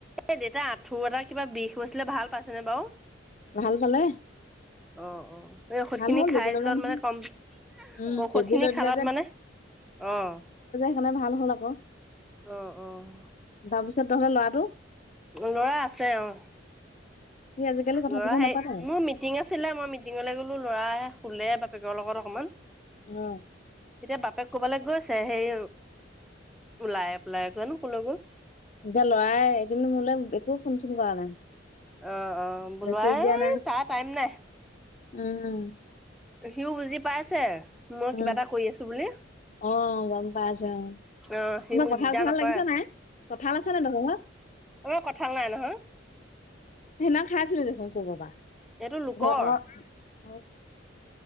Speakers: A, in the centre; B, on the left (about 40°).
A: এই দেউতাৰ আঁঠুৰ এটা কিবা বিষ হৈছিলে ভাল পাইছেনে বাৰু।
B: ভাল পালে?
A: অ অ এই ঔষধখিনি
B: ভাল হ'ল
A: খাই
B: বেজি ললে
A: দিলত
B: নহয়
A: মানে কম।
B: উম
A: ঔষধখিনি
B: বেজি লৈ
A: খালাত
B: দিলে
A: মানে, অ'।
B: ইফালে ভাল হ'ল আকৌ।
A: অ', অ'।
B: তাৰপিছত তহঁতৰ ল'ৰাটো।
A: ল'ৰা আছে অ'।
B: সি আজিকালি কথা
A: ল'ৰা
B: চথা
A: সেই,
B: নাপাতে
A: মোৰ মিটিং আছিলে মই মিটিঙলৈ গ'লো, ল'ৰা শুলে বাপেকৰ লগত অকমান।
B: অ'।
A: এতিয়া বাপেক ক'ৰবালৈ গৈছে সেই, ওলাই পেলাই জানো ক'লৈ গ'ল।
B: এতিয়া ল'ৰাই একেদিন মোলৈ একো ফোন চোন কৰা নাই।
A: অ', অ', বলাই
B: মেছেজ দিয়া নাই
A: তাৰ টাইম নাই।
B: উম।
A: সিওঁ বুজি পাইছে, মই
B: উম
A: কিবা এটা কৰি আছোঁ বুলি।
B: অ' গম পাইছোঁ,
A: অ', সি
B: তোমাৰ
A: মোক
B: কঁঠাল
A: দিগদাৰ
B: ঘৰা
A: নকৰে
B: লাগিছে নাই। কঁঠাল আছে ন' তহঁতৰ ঘৰত।
A: এই কঁঠাল নাই নহয়।
B: সেইদিনা খাইছিলোঁ দেখোন ক'ৰবাৰ পৰা।
A: এইটো লোকৰ।
B: ঘৰ অ